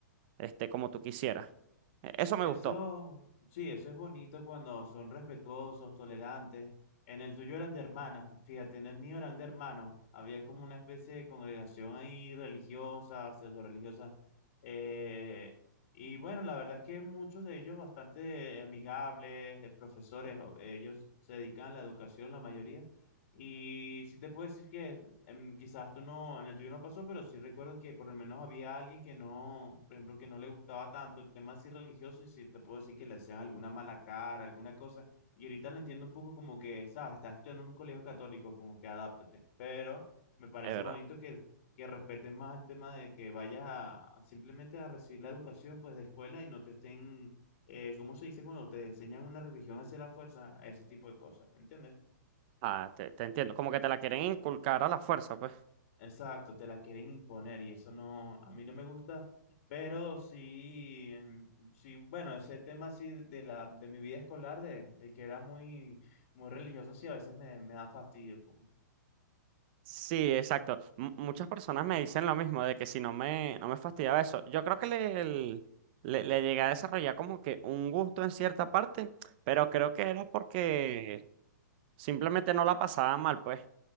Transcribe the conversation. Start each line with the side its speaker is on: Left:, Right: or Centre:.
Right: este, como tú quisieras. E- Eso me
Left: Eso,
Right: gustó,
Left: sí, eso es bonito cuando son respetuosos, tolerantes. En el tuyo eran de hermanas, fíjate, en el mío eran de hermanos. Había como una especie de congregación ahí religiosa, pseudo religiosa. Eh, y bueno, la verdad es que muchos de ellos bastante amigables, eh, profesores, o- ellos se dedican a la educación, la mayoría. Y sí te puedo decir que en- quizás tú no, en el tuyo no pasó, pero sí recuerdo que por lo menos había alguien que no, por ejemplo, que no le gustaba tanto el tema así religioso y sí te puedo decir que le hacían alguna mala cara, alguna cosa. Y ahorita lo entiendo un poco como que, sabes, estás estudiando en un colegio católico, como que adáptate. Pero me parece
Right: es verdad.
Left: bonito que, que respeten más el tema de que vayas a, a simplemente a recibir la educación pues de escuela y no te estén, eh, ¿cómo se dice? Cuando te enseñan una religión hacia la fuerza, ese tipo de cosas, ¿entiendes?
Right: Ah, te, te entiendo. Como que te la quieren inculcar a la fuerza, pues.
Left: Exacto, te la quieren imponer y eso no, a mí no me gusta, pero sí, em, sí, bueno, ese tema sí de de la, de mi vida escolar, de, de que era muy, muy religioso, sí, a veces me, me da fastidio. como,
Right: Sí, exacto. M- muchas personas me dicen lo mismo, de que si no me, no me fastidiaba eso. Yo creo que le, el- le, le llegué a desarrollar como que un gusto en cierta parte, pero creo que era porque simplemente no la pasaba mal, pues.